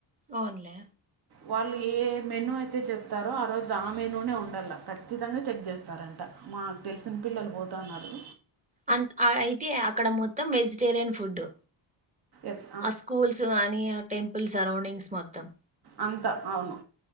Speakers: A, on the right; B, on the right.
A: అవున్లే
B: వాళ్ళు ఏ మెనుూ అయితే చెప్తారో ఆ రోజు ఆ మెనుూనే ఉండలా ఖచ్చితంగా చెక్ చేస్తారంట మాకు తెలిసిన పిల్లలు పోతన్నారు
A: అ అయితే అక్కడ మొత్తం వెజిటేరియన్ ఫుడ్డు
B: ఎస్
A: ఆ స్కూల్స్ కానీ ఆ టెంపుల్ సరౌండింగ్స్ మొత్తం
B: అంత అవును